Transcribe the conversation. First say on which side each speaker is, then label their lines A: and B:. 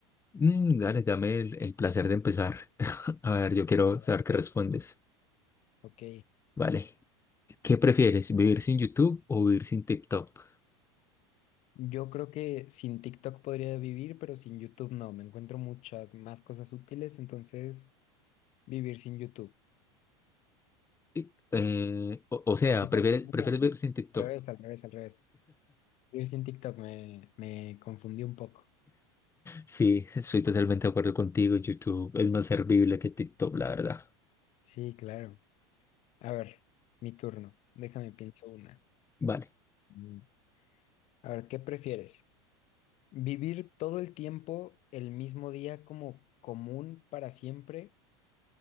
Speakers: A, on the left; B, on the left.
A: Mm, dale, dame el, el placer de empezar. <laughs> A ver, yo quiero
B: Bueno,
A: saber qué respondes.
B: Ok.
A: Vale. ¿Qué prefieres, vivir sin YouTube o vivir sin TikTok?
B: Yo creo que sin TikTok podría vivir, pero sin YouTube no. Me encuentro muchas más cosas útiles, entonces vivir sin YouTube.
A: Y- eh, o, o sea,
B: Digo,
A: ¿prefieres,
B: no,
A: prefieres vivir sin TikTok?
B: al revés,
A: <laughs>
B: al revés, al revés. Vivir sin TikTok me, me confundí un poco.
A: Sí, estoy totalmente de acuerdo contigo. YouTube es más servible que TikTok, la verdad.
B: Sí, claro. A ver, mi turno. Déjame pienso una.
A: Vale.
B: Mm. A ver, ¿qué prefieres? ¿Vivir todo el tiempo el mismo día como común para siempre